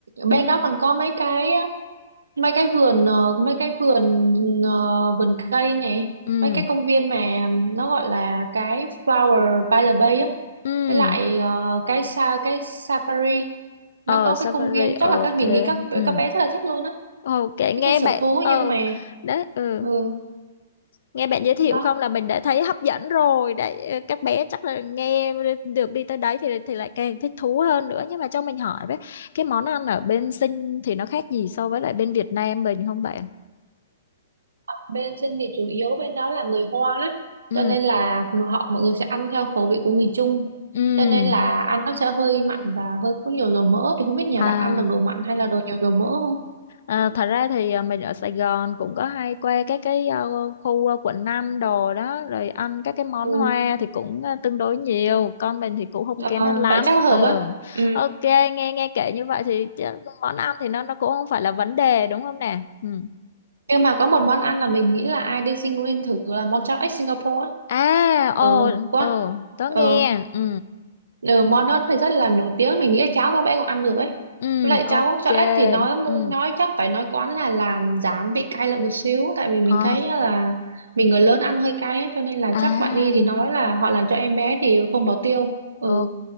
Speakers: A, on the right; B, on the left.
A: bên
B: ừ
A: đó còn có mấy cái mấy cái vườn ờ, mấy cái vườn ờ, vườn cây này
B: ừ
A: mấy cái công viên mà nó gọi là cái Flower by the Bay á
B: ừ
A: với lại ờ, cái sa cái Safari nó
B: ờ
A: có
B: safari
A: cái công viên chắc
B: ok
A: là các mình nghĩ các
B: ừ
A: các bé rất là thích luôn á
B: ok nghe
A: cái cái sở
B: bạn
A: thú
B: ờ
A: nhưng mà
B: đấy ừ
A: ừ
B: nghe bạn giới thiệu
A: đó
B: không là mình đã thấy hấp dẫn rồi đấy ờ, các bé chắc là nghe được đi tới đấy thì thì lại càng thích thú hơn nữa nhưng mà cho mình hỏi với cái món ăn ở bên Sinh thì nó khác gì so với lại bên Việt Nam mình không bạn
A: bên sinh thì chủ yếu bên đó là người Hoa ấy.
B: ừ
A: cho nên là người- họ mọi người sẽ ăn theo khẩu vị của người Trung
B: ừ
A: cho nên là ăn nó sẽ hơi mặn và hơi có nhiều dầu mỡ thì không biết nhà
B: à
A: bạn ăn được đồ mặn hay là đồ nhiều dầu mỡ không
B: À, thật ra thì à, mình ở Sài Gòn cũng có hay qua các cái à, khu à, quận 5 đồ đó rồi ăn các cái món
A: ừ.
B: hoa thì cũng à, tương đối nhiều con mình thì cũng không kén
A: Ờ,
B: ăn lắm
A: vậy chắc là hợp
B: ừ
A: á Ừ.
B: ok nghe nghe kể như vậy thì chứ món ăn thì nó nó cũng không phải là vấn đề đúng không nè ừ.
A: nhưng mà có một món ăn là mình nghĩ là ai đi sinh cũng nên thử là món cháo ếch Singapore á
B: à
A: ừ
B: ồ
A: quá
B: ừ tớ
A: Ờ,
B: nghe ừ
A: Ừ, món đó thì rất là nổi tiếng mình nghĩ cháu các bé cũng ăn được ấy
B: ừ
A: với lại cháu
B: ok
A: cho ếch thì nói mu-
B: ừ
A: nói chắc phải nói quán là làm giảm vị cay lại một xíu tại vì mình
B: Ồ,
A: thấy là mình người lớn ăn hơi cay ấy, cho nên là
B: à
A: chắc bạn đi thì nói là họ làm cho em bé thì không bỏ tiêu ừ
B: Ok,